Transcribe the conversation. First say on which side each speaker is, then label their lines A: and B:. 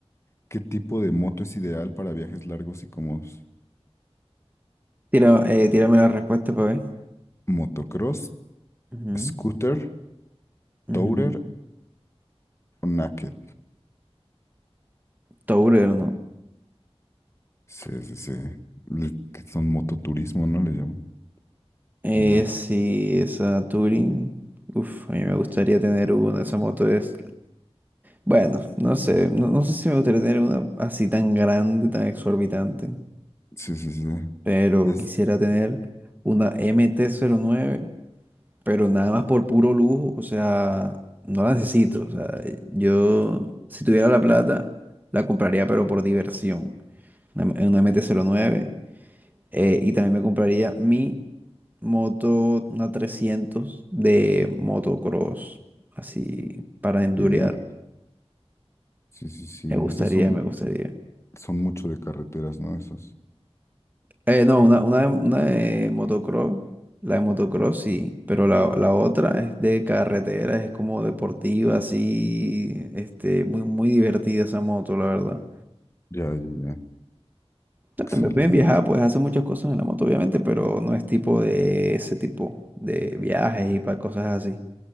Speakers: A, on the left; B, on the right.
A: ¿Qué tipo de moto es ideal para viajes largos y cómodos?
B: Tira- eh, tírame la respuesta, pa' ver.
A: ¿Motocross,
B: Ujú,
A: scooter,
B: ujú.
A: tourer o naked?
B: Tourero, ¿no?
A: Sí, sí, sí. Le- que son mototurismo, ¿no? Le llaman
B: Eh,
A: también.
B: sí, esa Touring. Uf, a mí me gustaría tener una. Esa moto es. Bueno, no sé. No, no sé si me gustaría tener una así tan grande, tan exorbitante.
A: Sí, sí, sí.
B: pero
A: Es...
B: quisiera tener una mt nueve pero nada más por puro lujo, o sea, no la necesito, o sea, yo si tuviera la plata, la compraría, pero por diversión, una, M- una MT-09, eh, y también me compraría mi moto, una 300 de motocross, así, para endurear,
A: ¿qué? Sí, sí, sí.
B: me gustaría,
A: Esas son,
B: me gustaría.
A: son mucho de carreteras, ¿no? Esas.
B: Eh, no, una, una, de, una de motocross, la de motocross sí, pero la, la otra es de carretera, es como deportiva, así, este, muy, muy divertida esa moto, la verdad.
A: Ya, ya, ya.
B: Ya
A: Excelente.
B: También puedes viajar, puedes hacer muchas cosas en la moto, obviamente, pero no es tipo de ese tipo de viajes y para cosas así.